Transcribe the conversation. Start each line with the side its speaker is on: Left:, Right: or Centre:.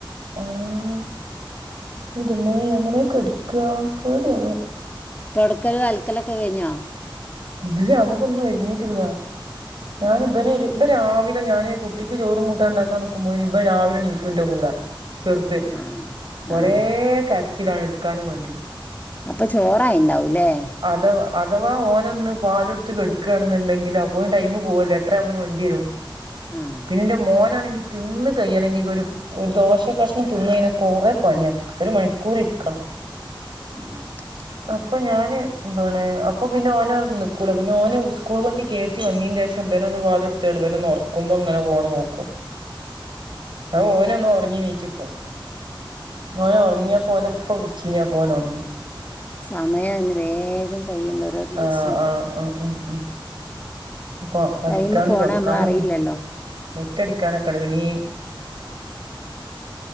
Right: ആ ഹ് ഇൻ്റമോ എങ്ങനെ കെട്ക്ക പേടിയാവ്ണ്
Left: തൊട്ക്കലും അൽക്കലൊക്കെ കഴ്ഞ്ഞോ?
Right: ഇല്ല അമുക്കൊന്നും ഒരുങ്ങീട്ടില്ല ഞാന് ഇബെനെര് ഇബെൻ രാവിലെ ഞാന് കുട്ടിക്ക് ചോറും കൂട്ടാ ണ്ടാക്കാ ന്ന്ക്കുമ്പോയ്ന് ഇബൻ രാവിലെ ണീക്കും ന്റെ കൂടെ ചെറുത്
Left: ആഹ്
Right: ഒരേ
Left: ആഹ്
Right: കരച്ചിലാണ് ഇട്ക്കാനും മാണ്ടി
Left: അപ ചോറായിണ്ടാഊലേ
Right: അഥവ് അഥവാ ഓനൊന്ന് പാലൊ ട്ത്ത് കെട്ക്ക്ആണെന്ന്ണ്ടെങ്കില് അപ്പോഴും ടൈമ് പോഉഎല്ലോ എട്ടരാഉബോന് വണ്ടി വരും
Left: ആഹ്
Right: പിന്ന ന്റെ മോനാണെങ്കിൽ തിന്ന് കയ്യണെങ്കി ഒരു ഒര് ദോഷ കഷ്ണം തിന്ന് അയ്നാ കൊറെ പണിയ ഒരു മണിക്കൂർ ഇരിക്കണം
Left: മ <inaudible>
Right: അപ്പ ഞാന് ന്താണ് അപ്പൊ പിന്നെ ഓന് ന്ന്ക്കൂല പിന്നെ ഓനുസ്കൂൾ വണ്ടി കേ ട്ടി വന്നീൻ്റഏഷംബനെ ഒന്ന് പാലൊട്ത്താണ്ട് വെനൊന്നൊർ ക്കുമ്പം ങ്ങനെ ഫൊണ് ന്നോക്കും
Left: <inaudible>
Right: അഹ് ഓനൊന്ന് ഒർങ്ങി ന്നീച്ചിപ്പോ ഓനറങ്ങിയപം ഓൻ്റ പ്പ വിളിച്ചീനി അപോനൊ ണർന്ന്
Left: സമയം അതിന് വേഗം കയ്യ്ണ്ട് ഓരോ ദിവസവും
Right: ആ ഹ് ആഹ്ഹാ മ് മ് മ് പ്പൊ പടിക്കാനും
Left: ടൈമ് പോണ
Right: തൊട്ക്കാനും
Left: നമ്മളറിയില്ലല്ലോ
Right: മുറ്റടിക്കാനൊക്കെണ്ട് പിന്ന ഈ